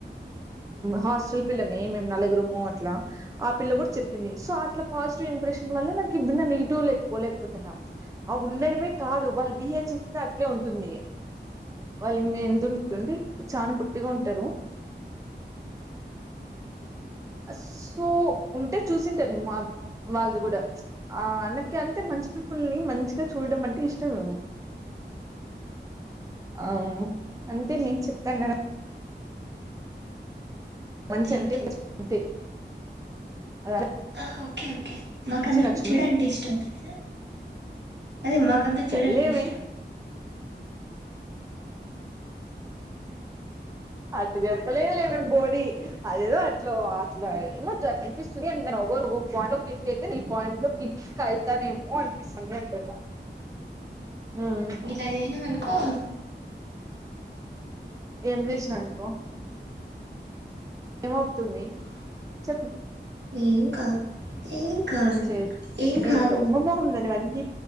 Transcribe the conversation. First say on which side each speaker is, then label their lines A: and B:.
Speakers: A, on the right; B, on the right.
A: హాస్టల్ పిల్లమే మేము నలుగు రూము అట్లా ఆ పిల్ల కూడా చెప్పింది సో అట్లా పాజిటివ్ ఇంప్రెషన్ వల్ల నాకు ఇన్న నెగిటివ్ లేకపోలేకపోతేనా ఆ ఉండడమే కాదు వాళ్ళు బిహేవ్ చేసే అట్లే ఉంటుంది వాళ్ళ ఇం ఎంతతుంటుందిండి ఇడు చాన పుట్ ఇట్టిగా ఉంటారు అ సో ఉంటే చూసింట న మా వాళ్ళది కూడా ఆ అన్నకి అంతే మంచి పిల్పుల్ని మంచిగా చూడడం అంటే ఇష్టమేము అవు అంతే నేను చెప్తాన్నారు మంచంత
B: దేవుడా
A: ప అ
B: ఆ ఓకే ఓకే మాకు అందరికి
A: నచ్చుతుంది
B: చూడ అంటే ఇష్ట అవుతుంది సార్ అదే మాకంత చెడూ
A: సర్లేవే
B: అంటే ఇష్టం
A: ప చెప్పలే లే మేం బోడి అది అట్లో అట్లా ఏమ అనిపిస్తుంది అ న ఎరు ఒక పాయింట్ లో ఫిఫ్ట్ అయితే నీ పాయింట్ లో ఫిఫ్ట్కి అవుతానేమో అనిపిస్తుంది అంటున్నా ఉమ్
B: ఇలాది ఏనా అన్కు
A: ఏం చేసిననుకో ఏమవుతుంది చెపు
B: ఏం కాదు ఏం కాదు
A: స
B: ఏం
A: మీ
B: కాదు
A: దొంగమాగుందనివన్నీ